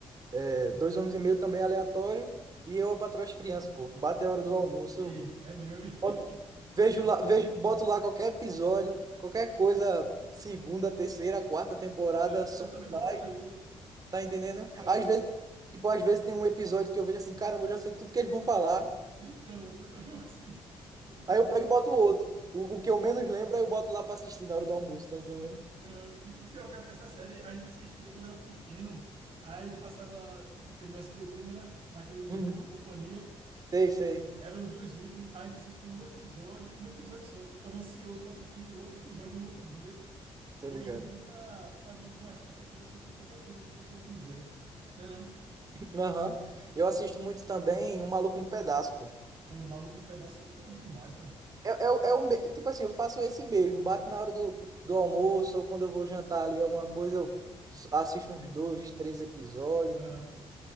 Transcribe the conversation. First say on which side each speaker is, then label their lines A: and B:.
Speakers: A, on the right (about 35°); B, on the right (about 60°).
A: é, Dois Homens e Meio também é aleatório. E eu, a Patroa e as Crianças, pô. Bate a hora do almoço.
B: Ei,
A: Eu
B: é mesmo. hein?
A: boto-
B: <laughs>
A: vejo
B: É.
A: lá, vejo, boto lá qualquer episódio, qualquer coisa, segunda, terceira, quarta temporada,
B: Eu,
A: só
B: eu também
A: lá,
B: tô fazendo isso.
A: tá entendendo?
B: Aham.
A: Às vezes, tipo, às vezes tem um episódio que eu vejo assim, caramba, eu já sei tudo que eles vão falar.
B: Então, eu também tô mesmo assim. Eu tô mesmo
A: Aí eu
B: assim.
A: pego e boto outro. O, o que eu menos lembro, aí eu boto lá pra assistir na hora do almoço, tá entendendo?
B: Aham. E, e pior que essa série a gente assistia quando era pequeno. Aí passava, tipo, que no SBT, né? era? Naquele
A: Uhum.
B: Bom Dia e Companhia.
A: Sei, sei.
B: Era um dos últimos. A gente assistia um episódio, um episódio só, e ficava ansioso para assistir o outro episódio no outro dia.
A: Tô
B: Hoje
A: ligado.
B: em dia tá, tá muito mais fácil a pessoa assistir qualquer coisa que a pessoa quiser. Né não?
A: Aham. Eu assisto muito também Um Maluco no Pedaço, pô.
B: Pô, Maluco no Pedaço é bom demais, pô.
A: É, é, o- é o me- tipo assim, eu faço esse mesmo. Bato na hora do, do almoço ou quando eu vou jantar ali alguma coisa, eu s- assisto uns dois, três episódios.
B: Aham.